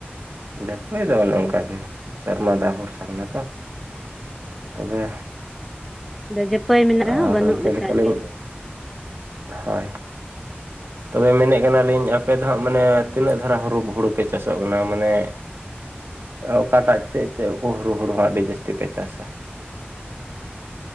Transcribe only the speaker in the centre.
ᱡᱷᱟᱹᱟᱹᱯᱟᱹᱭ ᱢᱮᱱᱟᱜ
ᱨᱮᱦᱚᱸ ᱵᱟᱹᱱᱩᱜ
ᱞᱮᱠ ᱜᱮ